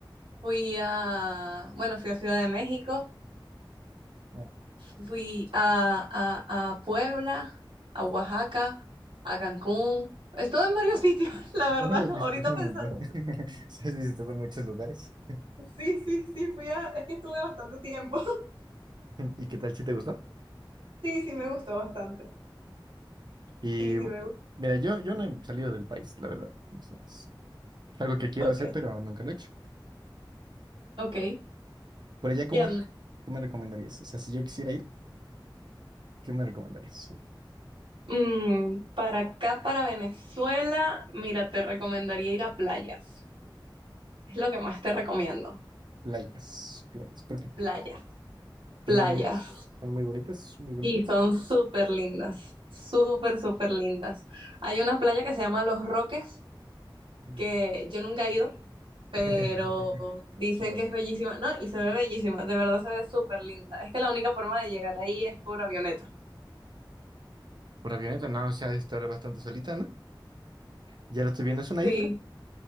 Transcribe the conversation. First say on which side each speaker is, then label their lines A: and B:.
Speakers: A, on the right; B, on the right.
A: Fui a, bueno, fui a Ciudad de México,
B: ah,
A: fui a, a- a Puebla, a Oaxaca, a Cancún. Estuve en varios sitios, <laughs> la
B: <laughs>
A: verdad,
B: has visitado
A: ahorita pensando.
B: un montón. <laughs> Sí, has visitado muchos lugares.
A: Sí, sí, sí, fui a, es que estuve bastante tiempo. <laughs>
B: <laughs> ¿Y qué tal si te gustó?
A: Sí, sí, me gustó bastante.
B: Y
A: Sí, sí, me gustó.
B: mira, yo, yo no he salido del país, la verdad. Eso Es algo que quiero
A: Ok.
B: hacer, pero nunca lo he hecho.
A: Ok.
B: Por allá, ¿cómo
A: ¿Y a
B: es?
A: dónde?
B: ¿Qué me recomendarías? O sea, si yo quisiera ir, ¿qué me recomendarías?
A: Mm, para acá, para Venezuela, mira, te recomendaría ir a playas. Es lo que más te recomiendo.
B: Playas, playas. ¿Por qué?
A: Playas,
B: ¿Son
A: playas.
B: muy bonitas? ¿Son muy bonitas? ¿Muy bonitas?
A: Y son súper lindas, súper, súper lindas. Hay una playa que se llama Los Roques,
B: Mm.
A: que yo nunca he ido, pero
B: <laughs>
A: dicen
B: Pero
A: que es bellísima, ¿no? Y se ve bellísima, de verdad se ve súper linda. Es que la única forma de llegar ahí es por avioneta.
B: por avioneta, no, o sea, ha de estar bastante solita, ¿no? Ya la estoy viendo, es una
A: Sí,
B: isla,